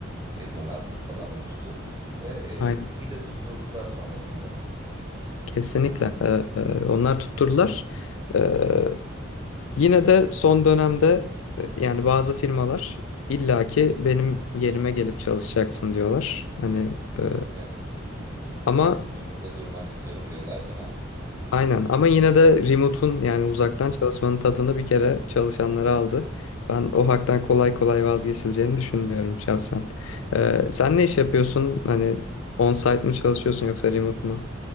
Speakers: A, on the right (about 15°); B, on the left (about 75°).
A: firmalar falan oluştu. Ve e,
B: aynen
A: iyi de tutturdular sonrasında.
B: kesinlikle Ee, e, onlar tutturdular. Ee, Yine de son dönemde e, yani bazı firmalar illaki benim yerime gelip çalışacaksın diyorlar. Hani e,
A: Evet,
B: ama
A: gözümün önünde durmanı istiyorum diyorlar değil mi?
B: Aynen ama yine de remote'un yani uzaktan çalışmanın tadını bir kere çalışanlara aldı. Ben o haktan kolay kolay vazgeçileceğini düşünmüyorum şahsen. Ee, sen ne iş yapıyorsun? Hani on-site mi çalışıyorsun yoksa remote mu?